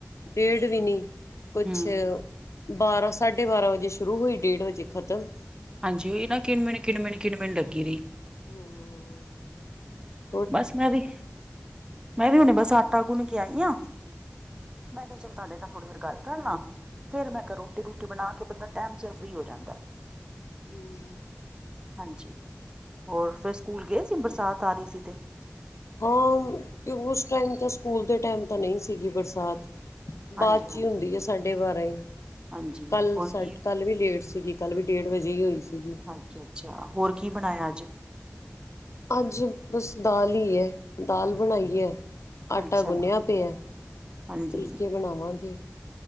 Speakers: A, on the left; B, on the right.
A: ਡੇੜ ਵੀ ਨੀ, ਕੁਛ
B: ਹੂੰ
A: ਬਾਰਾਂ, ਸਾਢੇ-ਬਾਰਾਂ ਵਜੇ ਸ਼ੁਰੂ ਹੋਈ, ਡੇਢ ਵਜੇ ਖ਼ਤਮ।
B: ਹਾਂਜੀ, ਏਨਾ ਕਿਣ-ਮਿਣ, ਕਿਣ-ਮਿਣ, ਕਿਣ-ਮਿੰਨ ਲੱਗੀ ਰਹੀ।
A: ਹੂੰ।
B: ਬਸ ਮੈਂ ਵੀ, ਮੈਂ ਵੀ ਹੁਨ ਬਸ, ਆਟਾ ਗੁੰਨਕੇ ਆਈ ਆਂ। ਮੈਂ ਕਿਹਾ ਚਲ ਤਾਡੇ ਨਾਲ, ਥੋੜ੍ਹੀ ਦੇਰ ਗੱਲ ਕਰਲਾਂ। ਫਿਰ ਮੈਂ ਕਿਹਾ, ਰੋਟੀ-ਰੂਟੀ ਬਣਾਕੇ ਬੰਦਾ ਟੈਮ ਸਿਰ ਫ੍ਰੀ ਹੋ ਜਾਂਦਾ।
A: ਹੂੰ।
B: ਹਾਂਜੀ, ਹੋਰ, ਫਿਰ ਸਕੂਲ ਗਏ ਸੀ ਬਰਸਾਤ ਆ ਰੀ, ਸੀ ਤੇ?
A: ਓ, ਕਿਉ, ਉਸ ਟੈਮ ਤੈ, ਸਕੂਲ ਦੇ ਟੈਮ ਤਾ ਨਹੀਂ ਸੀਂਗੀ ਬਰਸਾਤ।
B: ਹਾਂਜੀ
A: ਬਾਦ'ਚੀ
B: ਹਾਂਜੀ
A: ਹੁੰਦੀ ਏ ਸਾਡੇ ਬਾਰਾਂ ਈ,
B: ਹਾਂਜੀ
A: ਕੱਲ,
B: ਹੋਰ
A: ਸਾਡ--ਕੱਲ
B: ਕੀ
A: ਵੀ ਲੇਟ ਸੀਗੀ। ਕੱਲ੍ਹ ਵੀ ਡੇਢ ਵਜੇ ਈ ਹੋਈ ਸੀਗੀ।
B: ਅੱਛਾ ਅੱਛਾ, ਹੋਰ ਕੀ ਬਣਾਯਾ ਅੱਜ?
A: ਅੱਜ ਬਸ ਦਾਲ ਈ ਐ, ਦਾਲ ਬਣਾਈ ਐ। ਆਟਾ
B: ਅੱਛਾ
A: ਗੁੰਨਿਆ ਪਿਆ,
B: ਹਾਂਜੀ
A: ਫੁਲਕੇ ਬਣਾਵਾਂਗੇ।